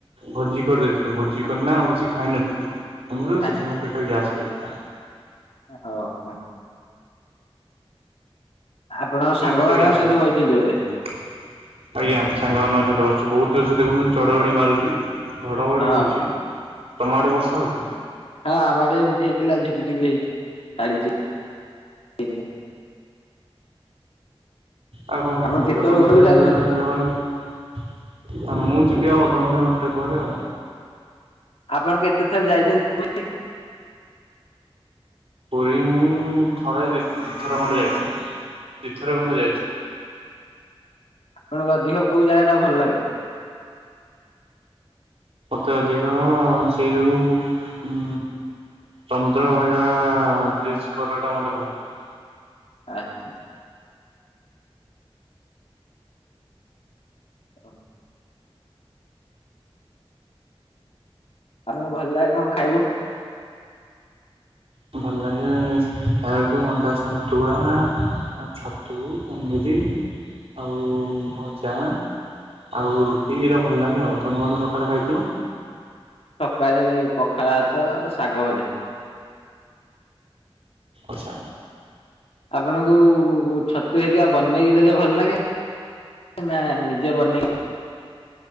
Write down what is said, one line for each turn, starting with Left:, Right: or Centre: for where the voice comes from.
Right: ଭୋଜି କରିଦେଇଥିଲୁ ଭୋଜି କରିନା ଆଉ କିଛି ଖାଇନଥିଲି। ଲୁ
Left: ଆଚ୍ଛା
Right: ସେଥିପାଇଁ ପେଟ ଗ୍ୟାସ୍ ହେଇଯାଇଥିଲା।
Left: ହଁ ହ। ଆପଣଙ୍କ ସାଙ୍ଗମାନଙ୍କ
Right: ପେଟରେ ଗ୍ୟାସ
Left: ସହିତ
Right: ଆଜ୍ଞା।
Left: ବଇଛନ୍ତି ବୋଧେ
Right: ସାଙ୍ଗମାନଙ୍କ ସହିତ ବସ୍ଚୁ ବହୁତ ଜୋର୍ ସ ଦେଖୁନ୍ତୁ ଚଡହଡି ମାରୁଚି ଘଡଘଡି
Left: ହଁ।
Right: ହଉଚି ତମ ଆଡେ ବର୍ଷା ହଉଚି ନା?
Left: ହଁ ଆମ ଆଡେ ଏମତି ହେଇଥିଲା ଝିପି ଝିପି ହେଇଚି ଛାଡିଛି ଏରିକା।
Right: ଆଉ କଣ
Left: ଆପଣ
Right: କୁହନ୍ତୁ
Left: କେତେବେଳେ
Right: ଜଗନ୍ନାଥ
Left: ଘରକୁ
Right: ଏ
Left: ଯାଉଛନ୍ତି
Right: ଜଗନ୍ନାଥ ଆ ମୁଁ ଯିବି ଆଉ ଅଧଘଣ୍ଟେ ଘଣ୍ଟେ ପରେ ଆଉ।
Left: ଆପଣ କେତେ ଥର ଯାଇଛନ୍ତି ବୁଲି?
Right: ପ ମୁଁ ଥରେ ଦି ଥର ଖଣ୍ଡେ ଯାଇଚି, ଦିଥର ଖଣ୍ଡେ ଯାଇଚି।
Left: ଆପଣଙ୍କ ଅଧିକ କୋଉ ଜାଗା ଟା ଭଲ ଲାଗେ!
Right: ତ ଅଧିକ ସେଇ ଯୋଉ ଉ ଚନ୍ଦ୍ରଭାଗା ବ୍ରିଜ କର ଟା ମତେ ଭଲ ଲାଗେ।
Left: ଆଚ୍ଛା। ହ। ଆମକୁ ଭଲ ଲାଗେ କଣ ଖାଇବୁ?
Right: ଭଲ ଲାଗେ ଖାଇବାକୁ ଅଣ୍ଡା ସନ୍ତୁଳା ଛତୁ ପନିରି ଆଉ ଭଜା। ଆଉ ରୁଟି ଏଟା ଭଲ ଲାଗେ ଆଉ ତମ କଣେ ସକାଳେ ଖାଇଥିଲ?
Left: ସକାଳେ ପଖାଳ ଭାତ ଶାଗ।
Right: ଆଚ୍ଛା।
Left: ଆପଣଙ୍କୁ ଛତୁ ହେରିକା ବନେଇକି ଦେଲେ ଭଲ ଲାଗେ? ନା ନିଜେ ବନେଇକି